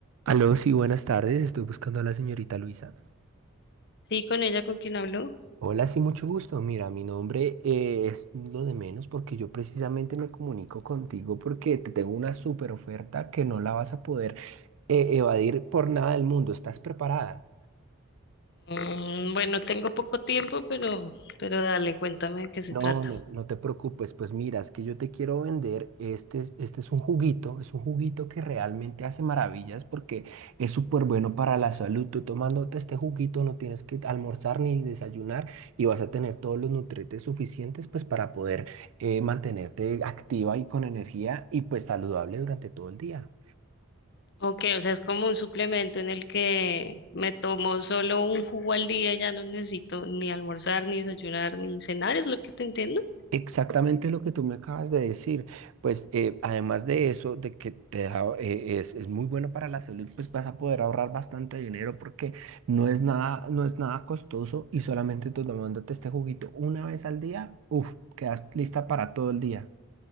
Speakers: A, on the right; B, on the left.
A: Aló, sí, buenas tardes. Estoy buscando a la señorita Luisa.
B: Sí, con ella, con quien habló.
A: Hola, sí, mucho gusto. Mira, mi nombre eh, es lo de menos porque yo precisamente me comunico contigo porque te tengo una super oferta que no la vas a poder eh, evadir por nada del mundo. ¿Estás preparada?
B: Mm, bueno, tengo poco tiempo, pero, pero dale, cuéntame de qué se
A: No,
B: trata.
A: no, no te preocupes, pues mira, es que yo te quiero vender, este, es- este es un juguito, es un juguito que realmente hace maravillas porque es súper bueno para la salud. Tú tomándote este juguito no tienes que almorzar ni desayunar y vas a tener todos los nutrientes suficientes pues para poder eh, mantenerte activa y con energía y pues saludable durante todo el día.
B: Ok, o sea, es como un suplemento en el que me tomo solo un jugo al día, ya no necesito ni almorzar, ni desayunar, ni cenar, es lo que te entiendo.
A: Exactamente lo que tú me acabas de decir. Pues eh, además de eso, de que te da, eh, es, es muy bueno para la salud, pues vas a poder ahorrar bastante dinero porque no es nada, no es nada costoso y solamente tú tomándote este juguito una vez al día, uff, quedas lista para todo el día.